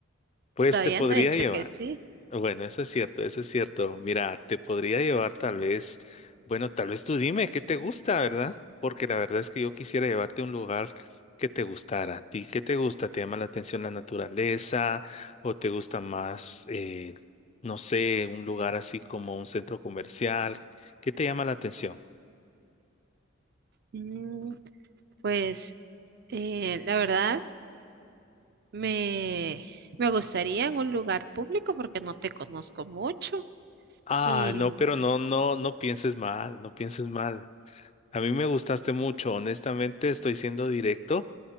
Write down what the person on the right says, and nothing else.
Todavía
no he dicho
que sí.
Mm, pues, eh, la verdad, me, me gustaría en un lugar público porque no te conozco mucho.
Y